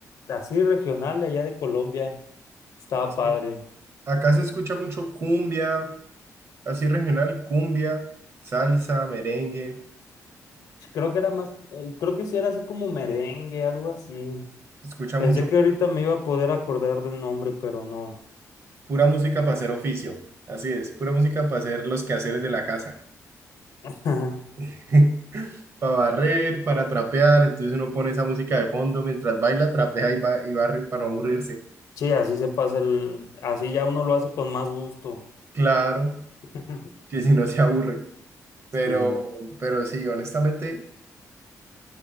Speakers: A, on the left; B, on the right.
A: así regional de allá de Colombia. Estaba
B: sí.
A: padre.
B: Acá se escucha mucho cumbia, así regional, cumbia, salsa, merengue.
A: Creo que era más, eh, creo que sí era así como merengue, algo así.
B: Se escucha
A: Pensé
B: mucho
A: que ahorita me iba a poder acordar del nombre, pero no.
B: Pura música para hacer oficio. Así es, pura música para hacer los quehaceres de la casa.
A: <laughs>
B: <laughs> Para barrer, para trapear. Entonces uno pone esa música de fondo mientras baila, trapea y, ba- y barre para no aburrirse.
A: Sí, así se pasa el, así ya uno lo hace con más gusto.
B: Claro,
A: <laughs>
B: que si no se aburre.
A: Sí,
B: Pero, pero sí, honestamente,